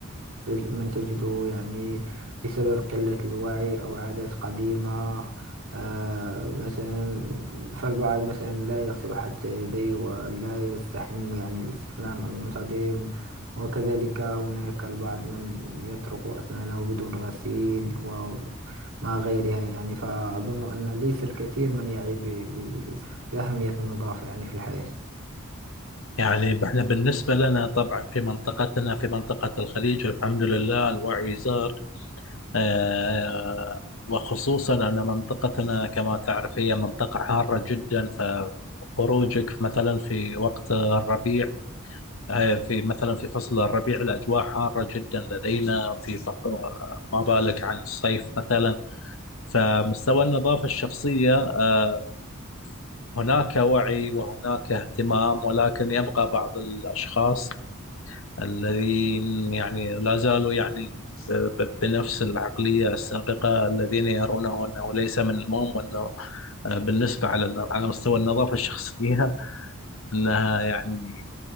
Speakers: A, on the right; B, on the left.
A: تج- من تجده يعني بسبب قلة الوعي أو عادات قديمة آه مثلا فالبعض مثلا لا يغسل حتى يديه ولا يستحم يعني الاستحمام المنتظم وكذلك هناك البعض من يترك أسنانه بدون غسيل وما غيرها يعني فأظن أن ليس الكثير من يعي ب- أهمية النظافة يعني في الحياة
B: يعني احنا بالنسبة لنا طبعا في منطقتنا في منطقة الخليج الحمد لله الوعي زاد آه، وخصوصا أن منطقتنا كما تعرف هي منطقة حارة جدا فخروجك مثلا في وقت الربيع آه، في مثلا في فصل الربيع الأجواء حارة جدا لدينا في فق- ما بالك عن الصيف مثلا فمستوى النظافة الشخصية آه، هناك وعي وهناك اهتمام ولكن يبقى بعض الأشخاص الذين يعني لا زالوا يعني ب- بنفس العقلية السابقة الذين يرونه أنه ليس من المهم وأنه آه، بالنسبة على على مستوى النظافة الشخصية <laughs> أنها يعني